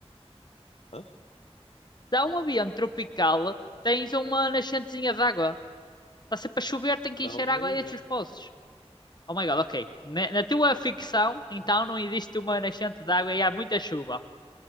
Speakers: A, on the left (about 75°); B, on the left (about 40°).
A: Hã?
B: dá um ambiente tropical, tens uma nascentezinha de água. Está sempre a chover, tem
A: Não
B: que encher
A: na
B: água
A: ilha.
B: a estes poços. Oh my god, ok. Na, na tua ficção, então não existe uma nascente de água e há muita chuva.